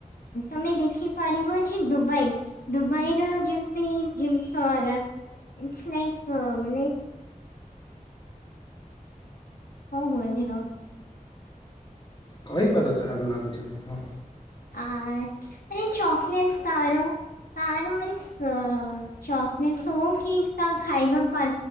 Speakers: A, on the left; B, on the left.
A: ତମେ ଦେଖିପାରିବ ଯେ ଦୁବାଇ ଦୁବାଇର ଜିମତି ଜିନିସ ରା ଇଟ୍ସ ଲାଇକ୍ ମାନେ କୋଉ ମନ୍ଦିର?
B: କହିପାର ଯାହାବି ଲାଗୁଛି ତ ହଁ।
A: ଆଉ ଚକଲେଟ୍ସ ତାର ତାର ମାନେ ଚକ୍ଲେଟ୍ସ ହଉ କି ତାହା ଖାଇବା ପା